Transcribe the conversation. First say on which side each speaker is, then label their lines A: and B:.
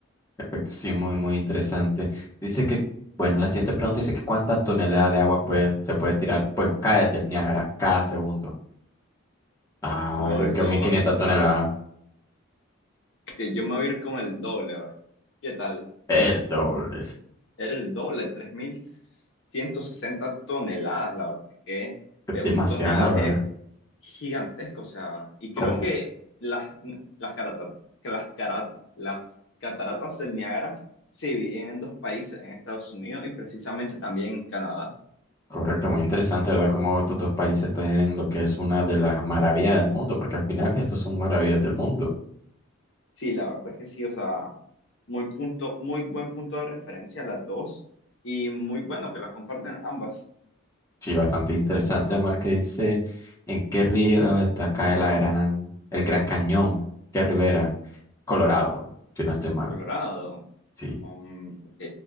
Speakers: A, on the left (about 15°); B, on the left (about 60°).
A: Perfecto, sí, muy, muy interesante. Dice que, bueno, la siguiente pregunta dice que cuántas toneladas de agua pues, se puede tirar, pues cae del Niágara cada segundo. Ah,
B: Oh,
A: yo
B: esto
A: que mil quinientas
B: está,
A: toneladas.
B: que yo me voy a ir con el doble, a ver, ¿qué tal?
A: El doble. Es
B: Era el doble, tres mil ciento sesenta toneladas, la verdad es que eh,
A: demasiado,
B: un tonelaje
A: ¿verdad?
B: gigantesco, o sea, y creo
A: ¿Cómo?
B: que las, las, carata- que las, cara- las cataratas del Niágara se dividen en dos países, en Estados Unidos y precisamente también en Canadá.
A: Correcto, muy interesante, ¿verdad? Cómo estos dos países tienen lo que es una de las maravillas del mundo, porque al final estos son maravillas del mundo.
B: Sí, la verdad es que sí, o sea, muy punto, muy buen punto de referencia las dos y muy bueno que las comparten ambas.
A: Sí, bastante interesante, Amar, que dice en qué río está acá el gran, el Gran Cañón, qué ribera, Colorado, si no estoy mal.
B: Colorado,
A: Sí,
B: um, ok,